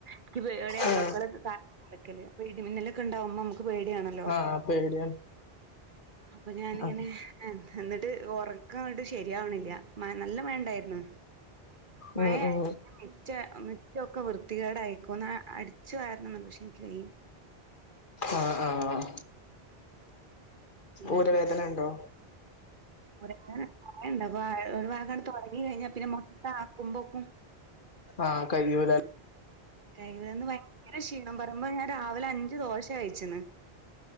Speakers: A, on the right; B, on the left.
A: ഇക്ക് പേടി ആവ,
B: ആഹ്
A: മക്കളെ. തായെ കേട്ക്കല്. ഇടി മിന്നലൊക്കെണ്ടാവുമ്പൊ നമക്. പേടിയാണല്ലോ?
B: ആഹ് പേടിയാണ്
A: അപ്പൊ ഞാനിങ്ങനെ.
B: അതെ
A: ഏ, എന്നിട്ട് ഉറക്കങ്ങട്ട് ശരിയാവണില്ല. മ നല്ല മഴ ഉണ്ടായിരുന്നോ? മായേ
B: ഉം ഉം
A: <unintelligible> മ, മുറ്റൊക്കെ വൃത്തികേടായിക്കോന്ന്. ഒന്ന് അടിച്ചു വാരണം ന്ന്ണ്ട്. പക്ഷെ ഇ ൻക്ക് വയ.
B: ആഹ്, ആഹ്,
A: പിന്നെ
B: ഊരവേദന ണ്ടോ?
A: ഊരവേദന <unintelligible> പ്പോ ഒരു ഭാഗങ്ങട് തൊടങ്ങികഴിഞ്ഞാ പിന്നെ മൊത്തം ആക്കുമ്പോക്കും.
B: ആഹ്, കയ്യൂല.
A: കൈയുല ഇന്ന് ഭയങ്കര ക്ഷീണം, പറയുമ്പോ, ഞാൻ, രാവിലെ അഞ്ജ് ദോശ കയിച്ചിണ്.